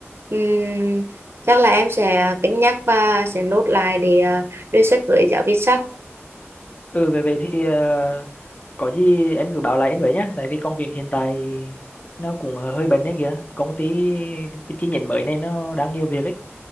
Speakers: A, on the right (about 60°); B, on the left (about 35°).
A: Ừm, chắc là em sẽ cân nhắc và sẽ nốt lại để à, đề xuất với giáo viên sau
B: ừ về về thì à, có gì em cứ báo lại anh với nhá tại vì công việc hiện tại nó cũng hơi bận đấy kìa công ty cái chi nhánh mới này nó đang nhiều việc ấy